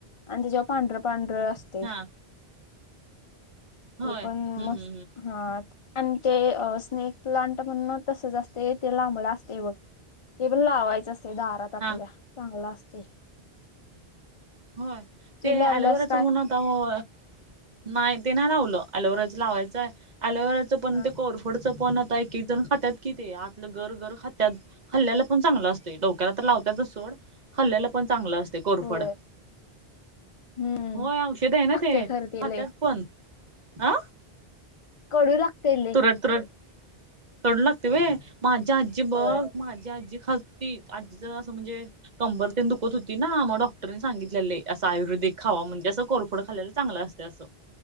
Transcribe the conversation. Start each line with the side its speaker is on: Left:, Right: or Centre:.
Left: आणि त्या जेव्हा पांढरं पांढरं असते
Right: हा होय
Left: ते पण
Right: हम्म
Left: मस्त
Right: हम्म
Left: हा आणि ते स्नेक प्लांट म्हण तस जा असते ते लांबड असते बघ ते पण लावायचं असते दारात आपल्या
Right: हा
Left: चांगला असते
Right: हो
Left: तू
Right: ते
Left: लावल्यास
Right: अलेवराचं
Left: काय
Right: म्हण नाही ते नाही लावलं अलोवेराचं लावायचं आहे अलोवेराचं पण
Left: हा
Right: ते कोर कोरफडचं पण आता एक एक जण खातात कि ते आतलं गर गर खातात खाल्ल्याला पण चांगलं असते डोक्याला तर लावतच सोड खाल्ल्याला पण चांगलं असते कोरफड
Left: होय हम्म
Right: होय औषध आहे ना
Left: लागते
Right: ते खात्यात
Left: खरं ते लय
Right: पण ह
Left: कडू लागतय.
Right: कडू लागते होय माझी आजी बघ.
Left: होय
Right: माझी आजी खाती आजीच असं म्हणजे कंबर ते दुखत होती ना म्हणून डॉक्टर सांगितल्याले असं आयुर्वेदिक खावा म्हणजे असं कोरफोड खालेला चांगलं असते असं.